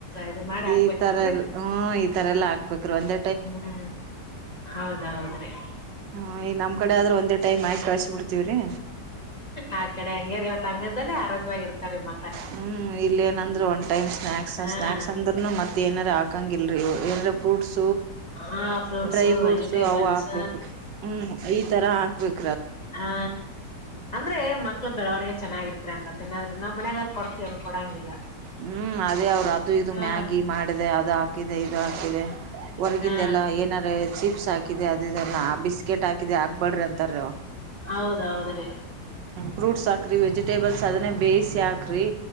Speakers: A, on the left; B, on the right.
A: ಇದು ಮಾಡಿ ಹಾಕ್ಬೇಕಲ್ರರಿ
B: ಈ ತರ ಎಲ್ಲ ಹ್ಮ ಈ ತರ ಎಲ್ಲಾ ಆಗ್ಬೇಕ್ರರು ಒಂದ್
A: ಹ್ಮ್ ಹೌದೌದ್ರಿ ಹ
B: ಹ್ಮ್ ಈ ನಮ್ ಕಡೆ ಆದ್ರೆ ಒಂದೇ ಟೈಮ್ ಆಕಿ ಕಳ್ಸಿ ಬಿಡ್ತೀವ್ರಿ
A: ಆ ಕಡೆ ಹಂಗ್ಯಾರ ತಂಗದ್ದಲ್ಲ. ಆರೋಗ್ಯವಾಗಿ ಇರ್ತಾರೆ ಮ
B: ಹ್ಮ್ ಇಲ್ಲ ಏನಂದ್ರೆ ಒನ್ ಟೈಮ್ ಸ್ನಾಕ್ಸ್
A: ಹ
B: ಸ್ನಾಯಕ್ಸ್ ಅಂದ್ರರುನು ಮತ್ತೆ ಏನಾರ. ಏಕಾಂಗಿಲ್. ಂದ್ರ ಫ್ರೂಟ್ಸ
A: ಹ ಫ್ರೂಟ್ಸು
B: ಡ್ರೈ ಫ್ರೂಟ್ಸ
A: ವೆಜಿಟೇಬಲ್ಸ್
B: ಅವು ಹಾಕ್ಬೇಕು ಹ್ಮ ಈ ತರ ಹಾಕ್ಬೇಕು.
A: ಹಾ ಅಂದ್ರೆ ಮಕ್ಳ ಬೆಳವಣಿಗೆ. ಚೆನ್ನಾಗಿರ್ತರಿ ಅಂತ ತಿನ್ನದ್ರೆ ನ ಮಯಗಾರ ಕೊತತಿವಿವದು ಕೊಡಂಗಿಲ್ಲ.
B: ಹ್ಮ್ ಅದೇ ಅವ್ರ ಅದು ಇದು
A: ಹಾ
B: ಮ್ಯಾಗಿ ಮಾಡಿದೆ ಅದು ಹಾಕಿದೆ ಇದು ಹಾಕಿದೆ ಹೊರ್ಗಿಂದ
A: ಹಾ
B: ಎಲ್ಲಾ ಏನಾರ. ಚಿಪ್ಸ್ ಹಾಕಿದೆ ಅದುದೆಲ್ಲಾ ಬಿಸ್ಕೆಟ್ ಹಾಕಿ ಹಬೇಡ್ರಿ ಅಂತಾರ ಅವ್್ಮ
A: ಹೌದೌದ್ರಿ
B: ಫ್ರೂಟ್ಸ್ ಹಾಕ್ರಿ ವೆಜಿಟೇಬಲ್ಸ್ ಅದನ್ನೇ. ಬೇಿಸಿ ಕ್ರಿ.